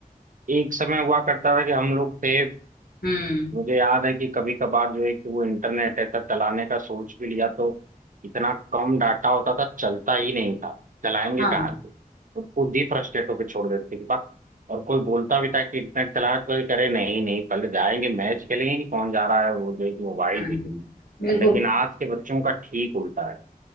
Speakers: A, on the right; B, on the left.
A: एक समय हुआ करता था कि हम लोग थे
B: हम्म
A: मुझे याद है कि कभी कभार जो है कि वो इंटरनेट ऐसा चलाने का सोच भी लिया तो इतना कम डाटा होता था चलता ही नहीं था चलाएंगे
B: हाँ
A: कहाँ से तो खुद ही फ्रस्ट्रेट होकर छोड़ देते थे बात और कोई बोलता भी था कि इंटरनेट चला रहा है, तो कोई करे नहीं नहीं पहले जाएंगे मैच खेलेंगे कि कौन जा रहा है वो जो है कि मोबाइल
B: हम्म,
A: देखने
B: बिल्कुल
A: और लेकिन आज के बच्चों का ठीक उल्टा है